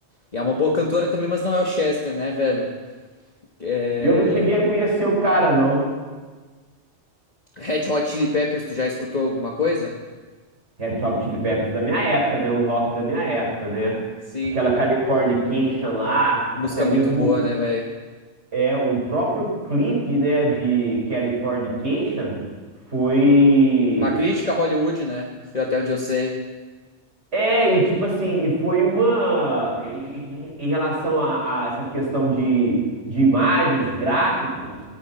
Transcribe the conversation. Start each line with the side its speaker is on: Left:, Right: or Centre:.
Left: E é uma boa cantora também, mas não é o Chester, né, velho? É...
Right: E eu não cheguei a conhecer o cara, não.
Left: Red Hot Chili Peppers, tu já escutou alguma coisa?
Right: Red Hot Chili Peppers da minha época, né? Um rock da minha época, né?
Left: Sim.
Right: Aquela Californication lá,
Left: Música
Right: até
Left: muito
Right: mesmo
Left: boa, né, velho?
Right: é, o próprio clipe, né, de Californication foi...
Left: Uma crítica a Hollywood, né? Foi Até onde eu sei.
Right: É, e tipo assim, e foi uma... Em, em relação a, a essa questão de, de imagens, gráficos,